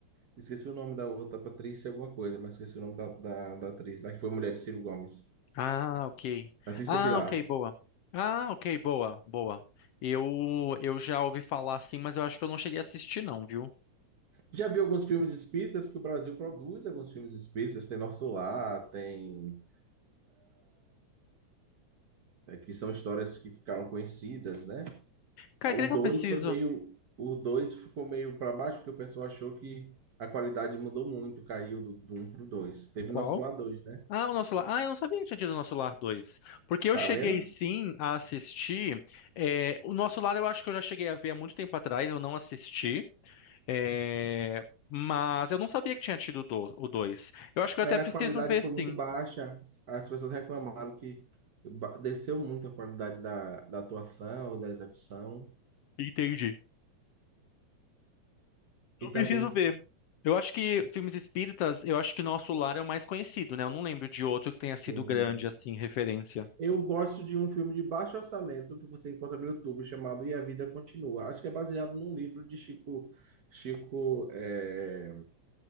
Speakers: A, on the right; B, on the left.
A: Esqueci o nome da outra Patrícia, alguma coisa, mas esqueci o nome da, da, da atriz, lá que foi mulher de Ciro Gomes.
B: Ah, ok.
A: Patrícia
B: Ah,
A: Pilar.
B: ok, boa. Ah, ok, boa, boa. Eu, eu já ouvi falar, sim, mas eu acho que eu não cheguei a assistir, não, viu?
A: Já vi alguns filmes espíritas que o Brasil produz, alguns filmes espíritas, tem Nosso Lar, tem. é, que são histórias que ficaram conhecidas, né?
B: Cara,
A: O
B: o que
A: 2
B: eu preciso?
A: foi meio. O 2 ficou meio para baixo, porque o pessoal achou que a qualidade mudou muito, caiu do, do 1 para o 2. Teve
B: Qual?
A: nosso lá dois né?
B: Ah, o nosso lar. Ah, eu não sabia que tinha tido o nosso lar 2. Porque eu
A: Tá
B: cheguei
A: vendo?
B: sim a assistir. é, O nosso lar eu acho que eu já cheguei a ver há muito tempo atrás, eu não assisti. é, Mas eu não sabia que tinha tido o do- o 2. Eu acho que
A: É,
B: eu até preciso
A: a qualidade
B: ver
A: foi muito
B: sim.
A: baixa. As pessoas reclamaram que ba- desceu muito a qualidade da, da atuação, da execução.
B: Entendi. Eu
A: E também,
B: preciso ver. Eu acho que filmes espíritas, eu acho que Nosso Lar é o mais conhecido, né? Eu não lembro de outro que tenha
A: sim.
B: sido grande assim, referência.
A: Eu gosto de um filme de baixo orçamento que você encontra no YouTube chamado E a Vida Continua. Acho que é baseado num livro de Chico. Chico. é,